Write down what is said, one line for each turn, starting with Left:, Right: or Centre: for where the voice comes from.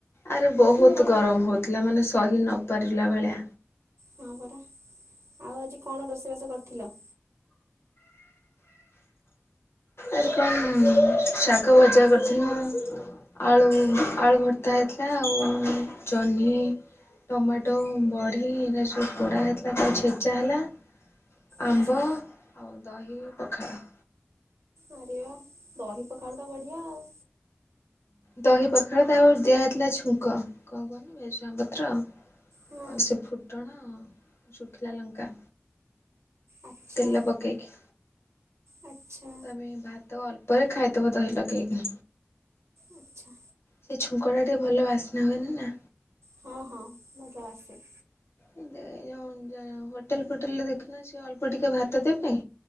Left: ଆରେ ବହୁତ ଗରମ ହୋଉଥିଲା, ମାନେ ସହି ନପାରିଲା ଭଳିଆ।
Right: ହଁ ପରା ଆଉ ଆଜି କଣ ରୋଷେଇବାସ କରିଥିଲ?
Left: ଆଜି କନ୍ ଶାଗ ଭଜା କରିଥିଲୁ। ଆଳୁ ଆଳୁ ଭର୍ତ୍ତା ହେଇଥିଲା ଆଉ ଜହ୍ନି ଟମାଟୋ, ବଢି ଏଇଟା ସବୁ ପୋଡା ହେଇଥିଲା ତାକୁ ଛେଚା ହେଲା ଆମ୍ବ
Right: ଆଚ୍ଛା
Left: ଆଉ ଦହି ପଖାଳ।
Right: ଆରେ ବାହା ଦହି ପଖାଳ ତ ବଢିଆ ଆଉ।
Left: ଦହି ପଖାଳ ତାପରେ ଦିଆହେଇଥିଲା ଛୁଙ୍କ କଣ କୁହନି ଭେରସୁଙ୍ଗା ପତ୍ର
Right: ହଁ
Left: ଆଉ ସେ ଫୁଟଣ, ଶୁଖିଲା ଲଙ୍କା।
Right: ଆଚ୍ଛା
Left: ତେଲ ପକେଇକି।
Right: ଆଚ୍ଛା।
Left: ତମେ ଭାତ ଅଳ୍ପରେ ଖାଏ <unintelligible> ଦହି ଲଗେଇକି।
Right: ଆଚ୍ଛା।
Left: ସେ ଛୁଙ୍କଟା ଟିକେ ଭଲ ବାସ୍ନା ହୁଏନି ନା?
Right: ହଁ ହଁ ମଯା ଆସେ।
Left: ହୋଟେଲ ଫୋଟେଲରେ ଦେଖୁନ, ସେ ଅଳ୍ପ ଟିକେ ଭାତ ଦେବେ।